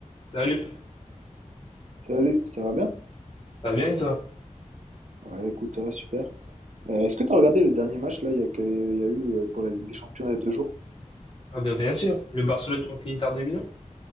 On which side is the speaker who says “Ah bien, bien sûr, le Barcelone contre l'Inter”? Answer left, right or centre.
Left